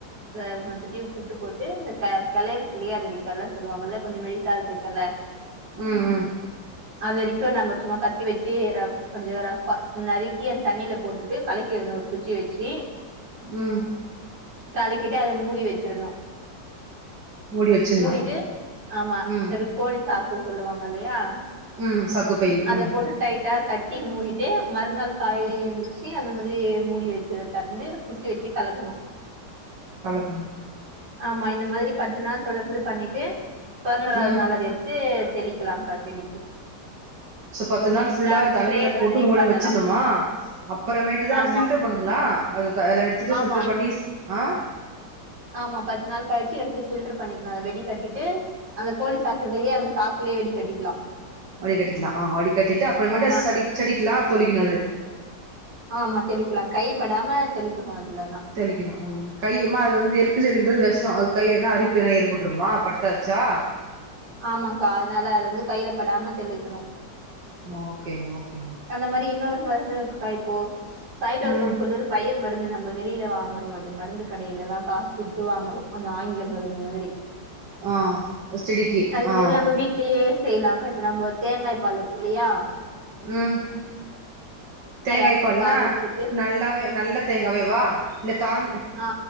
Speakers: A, on the right; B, on the right.
A: த மத்தட்டையும் புட்டு போட்டு இந்த க கலேருக்குமே அத நீ கல்ல சொல்லுவா அன்னால கொஞ்ச மெல்டாசாருக்கேல்ல
B: ம் ம்
A: அது வரைக்கும் நம்ம சும்மா கத் தி வச்சு ர கொஞ்சோ ரஃப்பா நறுக்கி அந் தண்ணீல போட்டுட்டு கலக்கி விட்னும் ஒரு குச்சி வெச்சி
B: உம்
A: கலக்கிட்டு அத மூடி வச்சிருணும்
B: மூடி வச்சிட்ணு
A: மூடிட்டு ஆமா
B: ம்
A: ஒரு கோணி சாக்கு சொல்லுவாங்க இல்லையா
B: ம் சாக்குப்பை
A: அத
B: ம்
A: போட்டு டைட்டா கட்டி மூவிட்டு மறுநாள் காலையில
B: ம்
A: எழுந்துச்சு தீ அந்த மாதிரி மூடி வச்சத த றந்து குச்சி வெச்சி கலக்கணும்
B: கலக்கணும்
A: ஆமா இந்த மாதிரி பத்து நாள் தொடர்ந்து பண்ணிட்டு பன்னோராது
B: ம்
A: அத எத்து தெளிக்கலாம்கா செடிக்கு
B: சோ பத்து நாள் ஃபுல்லா
A: நான் ஸ்ப்ரே
B: தண்ணியில
A: மாதிரி
B: போட்டு மூட
A: பண்ணலாம்
B: வச்சிணம்மா அப்புறமேட்டு தான்
A: ஆமா
B: அது ஃபில்டர் பண்ணுங்களா அதுதா அதுல எடுத்துட்டு
A: ஆமா
B: பில்ட்ரு பண்ணிஸ் ஆ
A: ஆமா பத்து நாள் கழிச்சு எடுத்து பில்டர் பண்ணிக்கணும் அத வெடி கட்டிட்டு அந்த கோனி சாக்குக்கருதில்லயா அந்த சாக்குலேயே வெடி கட்டிக்கலா
B: வடி கட்டிக்கலா ஆஹ் வடி கட்டிட்டு அப்புறமேட்டு
A: ஆமா
B: சடிக் செடிக்கலா தொளிக்கணது
A: ஆமா தெளிக்கலா கைப்படாம தெளிக்கணும் அதுலணா
B: தெளிக்கணும் ம் கையிமா அது வந்து எற்கு செடின்றது விஷோம் அது கையில என்னா அரிப்பு எல்லா ஏற்பட்டுருமா பட்டாச்சா
A: ஆமாக்கா அதனால அத வந்து கையில படாம தெளிக்கணும்
B: ஓகேங்க ஓகே
A: அந்த மாரி இன்னொரு மருந்து இருக்குக்கா இப்போ சாயட்டோசோ
B: ம்
A: சொல்ட்டு ஒரு பயிர் மருந்து நம்ம வெளியில வாங்குறோம் அது மருந்து கடையில எல்லா காசு குடுத்து வாங்கறோம் அந்த ஆங்கில மருந்து மாதிரி
B: ஆ செடிக்கு
A: அதுக்கு
B: ஆ
A: பதில் நம்ம வீட்லயே செய்லாம் க இப்ப நம்ம தேங்காய் பால் இருக்கு இல்லையா
B: உம் தேங்காய்
A: அரைச்சி
B: பால்னா
A: பால் எடுத்துட்டு
B: நல்லாவே நல்ல தேங்காவே வா இல்ல காந்
A: ஆ